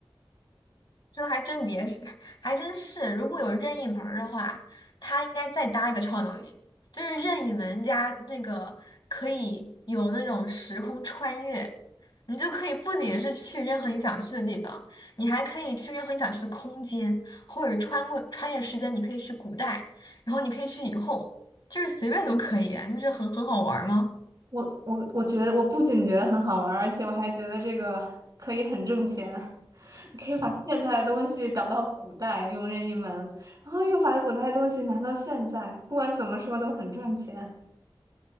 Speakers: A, on the left; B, on the right.
A: 这还真别是，还真是。如果有任意门儿的话，他应该再搭一个超能力，就是任意门加那个可以有那种时空穿越，你就可以不仅是去任何你想去的地方，你还可以去任何你想去的空间，或者穿过穿越时间，你可以去古代，然后你可以去以后，就是随便都可以啊你不觉得很很好玩儿吗？
B: 我我我觉得，我不仅觉得很好玩儿而且我还觉得这个可以很挣钱。<laughs> 你可以把现代的东西导到古代，用任意门，然后又把古代的东西拿到现在，不管怎么说都很赚钱。